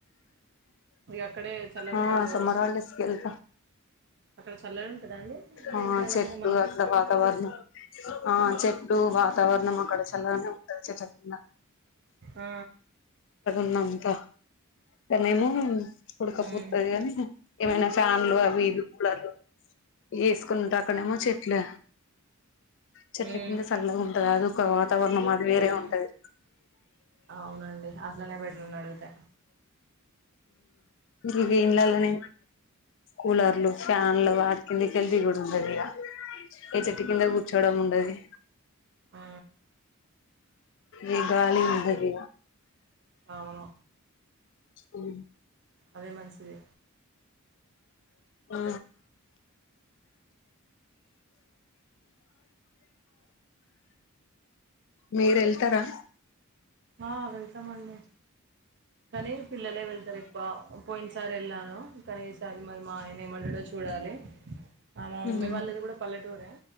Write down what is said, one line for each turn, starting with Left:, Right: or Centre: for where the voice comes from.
Right: ఇక అక్కడే చల్లగా
Left: ఆ
Right: ఉంటది కావచ్చు
Left: సమ్మర్ హాలిడేస్ కి వెళ్తాం
Right: అక్కడ చల్లగా ఉంటదా అండి మరి
Left: ఆ
Right: ఇట్లానే
Left: చెట్టు
Right: మనలే
Left: అట్లా వాతావరణం ఆ చెట్లు వాతావరణం అక్కడ చల్లగానే ఉంటంది చెట్ల కింద
Right: ఆ
Left: న్నంత కానీనేమో ఉడకపోతుది
Right: ఉమ్
Left: కానీ ఏమైనా
Right: ఉమ్
Left: ఫ్యాన్లు అవి ఇవి కూలర్లు వేసుకునింట అక్కడ ఏమో చెట్లే చెట్ల
Right: ఉమ్
Left: కింద చల్లగా ఉంటది అది ఒక వాతావరణం అది వేరే
Right: ఉమ్
Left: ఉంటది
Right: అవునండి అట్లనే బెటర్ నడిగితే
Left: ఇక ఇంళ్లలోనే కూలర్లు ఫ్యాన్లు వాటి కందికెళ్ది కూడా ఉంటది ఇక ఏ చెట్టు కింద కూర్చోడం ఉండది
Right: ఆ
Left: ఏ గాలి ఉండది ఇగ
Right: అవును
Left: స్కూల్
Right: అదే మంచిది
Left: ఆ మీరు వెళ్తారా
Right: ఆ వెళ్తామండి కానీ పిల్లలే వెళ్తారు ఎక్కువ పోయిన సార్ వెళ్ళాను కానీ ఈసారి మరి మా ఆయన ఏమంటాడో చూడాలి ఆ మా మమ్మీ
Left: ఉమ్
Right: వాళ్ళది కూడా పల్లెటూరే